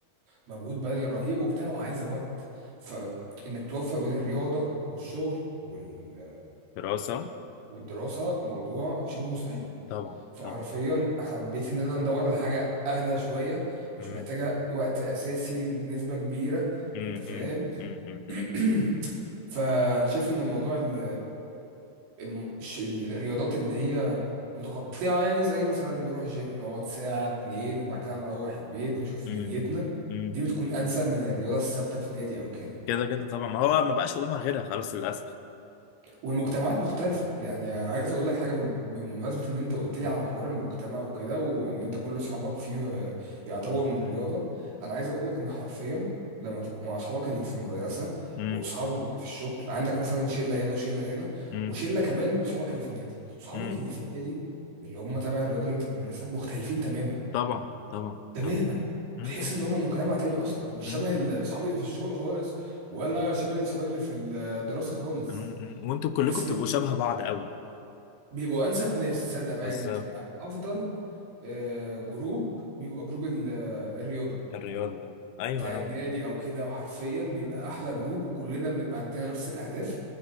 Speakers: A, on the right; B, on the left.
A: ومجهود بدني رهيب وبتاع وعايزه وقت فانك توفق بين الرياضه والشغل وال...
B: دراسة
A: والدراسه موضوع شبه مستحيل
B: طبعا
A: فحرفيا
B: طبعا
A: حبيت ان انا ندور لحاجه اهدى شويه مش
B: امم
A: محتاجه وقت اساسي بنسبه كبيره
B: امم
A: انت فاهم
B: امم امم امم
A: <clears throat> فانا شايف ان موضوع ال الم- الش- ال- الرياضات اللي هي متقطعه يعني زي مثلا نروح جيم نقعد ساعه اتنين وبعد كده نروح البيت نشوف
B: امم
A: دنيتنا
B: أمم.
A: دي بتكون انسب من الرياضه الثابته في نادي او كده
B: كده كده طبعا ما هو ما بقاش قدامها غيرها خلاص للأسف
A: والمجتمعات مختلفة يعني عايز اقول لك حاجة بم- بمناسبة ان انت قلت لي على حوار المجتمع وكده وان انت كل اصحابك فيه آه، يعتبروا من الرياضة انا عايز اقول لك ان حرفيا لما تبقى مع اصحابك اللي في المدرسة
B: امم
A: واصحابك اللي في الشغل عندك مثلا شلة هنا وشلة هنا
B: مم.
A: وشلة كمان من اصحابك اللي في النادي اصحابك
B: مم.
A: اللي في النادي اللي هم تبع الرياضة اللي انت بتمارسها مختلفين تماما
B: طبعا طبعا
A: تماما
B: طبعا مم.
A: بتحس ان هم
B: مم.
A: مجتمع تاني اصلا مش
B: مم.
A: شبه اصحابي اللي في الشغل خالص ولا شبه اصحابي اللي في الدراسة خالص
B: مم. مم. وانتوا كلكم
A: بس
B: بتبقوا شبه بعض قوي
A: بيبقوا انسب ناس تصدق بقى
B: بالظبط
A: يعني تبقى افضل آه، جروب بيبقى جروب ال- آه، الرياضه
B: الرياضه طبعا ايوه
A: بتاع
B: انا
A: النادي او كده وحرفيا بيبقى احلى جروب وكلنا بنبقى عندنا نفس الاهداف